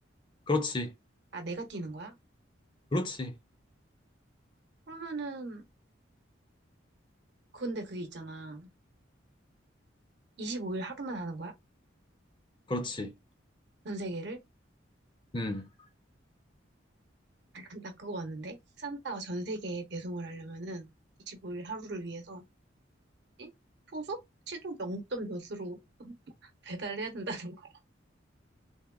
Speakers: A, on the left; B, on the right.
A: 그렇지.
B: 아 내가 뛰는 거야?
A: 그렇지.
B: 그러면은 근데 그게 있잖아. 25일 하루만 하는 거야?
A: 그렇지.
B: 전 세계를?
A: 음,
B: 아, 나 그거 봤는데 산타가 전 세계에 배송을 하려면은 25일 하루를 위해서 응? 초속? 시속 0점 몇으로 <laughs> 배달해야 된다는 거야. <laughs>